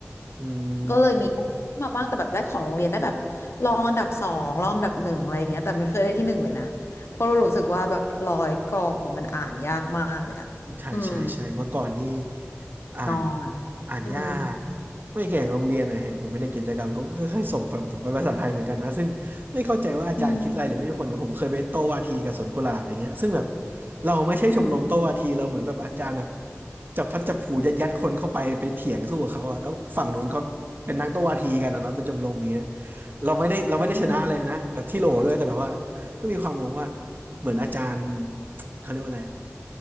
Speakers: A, on the right; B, on the left.
A: อื
B: ก็เลยมี
A: ม
B: มาบ้างแต่แบบได้ของโรงเรียนได้แบบรองอันดับสองรองอันดับหนึ่งอะไรอย่างเงี้ยแต่ไม่เคยได้ที่หนึ่งเลยนะเพราะเรารู้สึกว่าแบบร้อยกรองอะมันอ่านยากมากเลยอะอืม
A: ใช่ใช่ใช่เมื่อก่อนนี่อ่าน
B: นองอะ
A: อ่านยาก
B: อืม
A: ไม่แข่งโรงเรียนนะเห็นผมไม่ได้กิจกรรมเขาก็ค่อยๆส่งผมผมไปภาษาไทยเหมือนกันนะซึ่งไม่เข้าใจว่าอาจารย์คิดอะไรหรือไม่มีคนกับผมเคยไปโต้วาทีกับสวนกุหลาบอย่างเงี้ยซึ่งแบบ
B: อืม
A: เราไม่ใช่ชมรมโต้วาทีเราเหมือนแบบอาจารย์แบบ
B: อืม
A: จับพัดจับผูยัดยัดคนเข้าไปไปเถียงสู้กับเขาอะแล้วฝั่งนู้นเขาเป็นนักโต้วาทีกันนะเนาะเป็นชมรมอย่างเงี้ยเราไม่ได้เราไม่ได้ชนะเลยนะแบบที่โหลด้วยแต่แบบว่า
B: อืม
A: ก็มีความงงว่าเหมือนอาจารย์เขาเรียกว่าอะไร